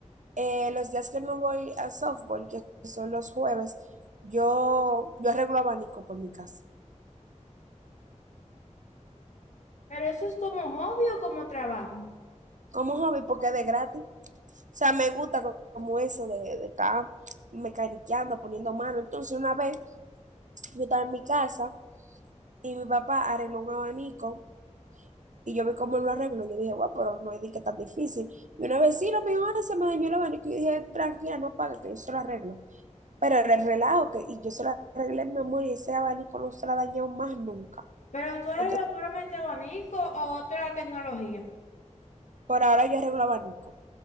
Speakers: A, on the right; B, on the left.
A: eh, los días que no voy a softball, que son los jueves, yo, yo arreglo abanico por mi casa.
B: Pero eso es como hobby o como trabajo.
A: como hobby porque es de gratis. O sea, me gusta co- como eso de, de estar mecaniqueando, poniendo mano. Entonces, una vez yo estaba en mi casa y mi papá arregló un abanico y yo vi cómo él lo arregló. Yo dije, guau, pero no es de que tan difícil. Y una vecina me dijo, "Ah, se me dañó el abanico. Y yo dije, tranquila, no pague, que yo se lo arreglo. Pero era el relajo que, y yo se lo arreglé, mi amor, y ese abanico no se lo ha dañado más nunca.
B: Pero tú eres
A: Entonces,
B: solamente abanico o otra tecnología.
A: por ahora yo arreglo abanico,